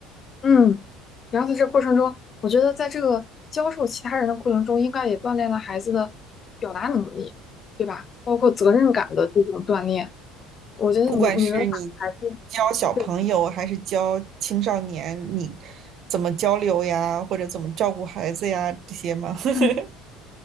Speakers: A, on the left (about 30°); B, on the right (about 45°).
A: 嗯，然后在这过程中，我觉得在这个教授其他人的过程中，应该也锻炼了孩子的表达能力，对吧？包括责任感的这种锻炼。我觉得你你们把孩子
B: 不管是你教小朋友还是教青少年，
A: 对，
B: 你怎么交流呀，或者怎么照顾孩子呀，这些嘛。<laughs>
A: 嗯，